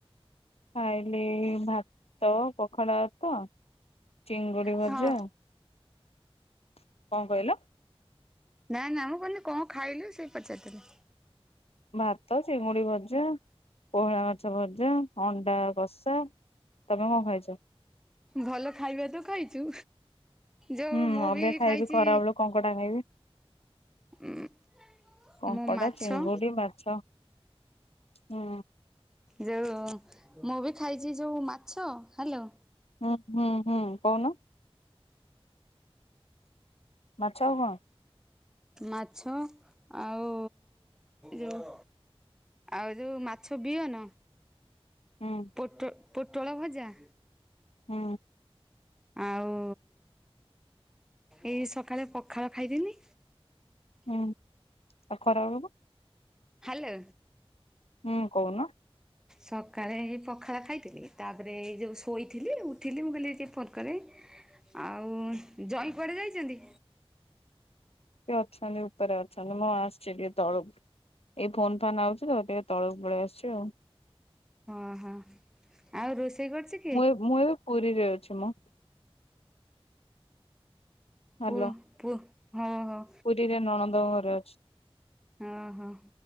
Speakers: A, on the left; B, in the centre.
A: ଖାଇଲି ଭାତ ପଖାଳ ତ ଚିଙ୍ଗୁଡି ଭଜା।
B: ହଁ।
A: କଣ କହିଲ?
B: ନା ନା ମୁଁ କହିଲି କଣ ଖାଇଲୁ ସେଇ ପଚାରଥିଲି।
A: ଭାତ ଚିଙ୍ଗୁଡି ଭଜା ପୋହଳା ମାଛ ଭଜା ଅଣ୍ଡା କଷା। ତମେ କଣ ଖାଇଛ?
B: ଭଲ ଖାଇବା ତ ଖାଇଛୁ। ଯଉ
A: ହୁଁ
B: ମୁଁ
A: ଅବିକା
B: ବି
A: ଖାଇବି
B: ଖାଇଛି
A: ଖରା ବେଳୁ କଙ୍କଡା ଖାଇବି।
B: ଉଁମ୍
A: କଙ୍କଡା
B: ମୁଁ ମାଛ
A: ଚିଙ୍ଗୁଡି ମାଛ ହୁଁ
B: ଯୋଉଁ ମୁଁ ବି ଖାଇଛି ଯୋଉ ମାଛ। ହେଲୋ?
A: ହୁଁ ହୁଁ ହୁଁ କହୁନ? ମାଛ ଆଉ ଙ୍କ?
B: ମାଛ ଆଉ ଯଉ ଆଉ ଯୋଉ ମାଛ ବିିଅନ।
A: ହୁଁ
B: ପୋଟ, ପୋଟଳ ଭଜା।
A: ହୁଁ।
B: ଆଉ ଏଇ ସଖାଳେ ପଖାଳ ଖାଇଥିନି।
A: ହୁଁ। ଆଉ ଖରା ବେଳକୁ
B: ହାଲୋ?
A: ହୁଁ କହୁନ?
B: ସକାଳେ ଏଇ ପଖାଳ ଖାଇଥିଲି ତାପରେ ଏଇ ଯଉଁ ଶୋଇଥିଲି, ଉଠିଲି। ମୁଁ କହିଲି ଟିକେ ଫୋନ୍ କରେ। ଆଉ ଜଇଁ କୁଆଡେ ଯାଇଛନ୍ତି?
A: ସେ ଅଛନ୍ତି ଉପରେ ଅଛନ୍ତି। ମୁଁ ଆସିଛି ଟିକେ ତଳକୁ। ଏଇ ଫୋନ୍ ଫାନ୍ ଆଉଛି ତ ଟିକେ ତଳକୁ ପଳେଇ ଆସୁଛି ଆଉ।
B: ହଁ ହଁ। ଆଉ ରୋଷେଇ କରୁଛି।
A: ମୁଁ ମୁଁ ଏବେ ପୁରୀରେ ଅଛି ମ। ହାଲୋ
B: ପୁ ପୁ ହଁଉ ହଁଉ।
A: ପୁରୀରେ ନଣନ୍ଦଙ୍କ ଘରେ ଅଛି।
B: ଓହୋ